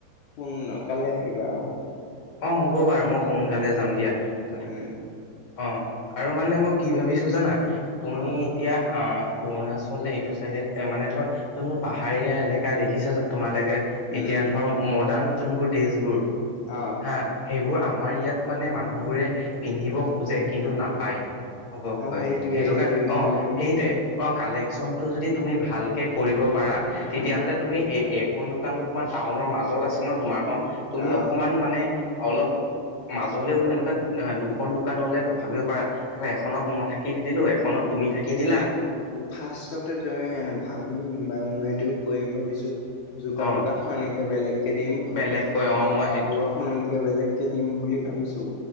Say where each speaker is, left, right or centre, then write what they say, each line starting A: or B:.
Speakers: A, on the left; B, on the left.
A: সোন কালে আহিবা আও।
B: অ' হ'ব বাৰু। ম সোনকালে যাম দিয়া। অ'হ।
A: উম
B: আৰু মানে মই, কি ভাবিছো জানা! তুমি
A: কোৱা
B: এতিয়া, আ অৰুণাচলে এইটো চাইডে এতিয়া, মানে ধৰ যোনবোৰ পাহাৰীয়া এলেকা দেখিছা তোমালোকে,
A: উম
B: এতিয়া ধৰ মডাৰ্ণ যোনবোৰ ড্ৰেছবোৰ
A: অ'হ
B: হা। সেইবোৰ আমাৰ ইয়াত মানে মানুহবোৰে পিন্ধিব খোজে, কিন্তু নাপায়। ঘপককৈ।
A: আহ সেইটোৱে
B: সেইটো
A: সেইটোৱে
B: কাৰ -অ'
A: মই
B: সেইটোৱেই
A: তোমাৰ
B: অ'হ। কালেকশ্যনটো যদি তুমি ভালকৈ কৰিব পাৰা, তেতিয়াহ'লে
A: উম
B: তুমি এই- এইখন দোকানটো তোমাৰ টাউনৰ মাজত আছে ন, তোমাৰখন। তুমি
A: আহ
B: অকমান মানে অলপ মাজলেও এনেকুৱা, দুখন দোকানলে ভাবিব পাৰা। ধৰা, এখনত মই থাকি দি দিলোঁ। এখনত তুমি থাকি দিলা
A: ফাৰ্ষ্টতে তুমি এন ভাবিম বাও। মই সেইটোও কৰিম ভাবিছোঁ। জোতাৰ
B: অ
A: দোকানখন এনেকে বেলেগকে দিম।
B: বেলেগকৈ অ
A: আৰু
B: মই
A: কাপোৰৰখ
B: সেইটো
A: -খন এনেকে বেলেগকে দিম বুলি ভাবিছোঁ।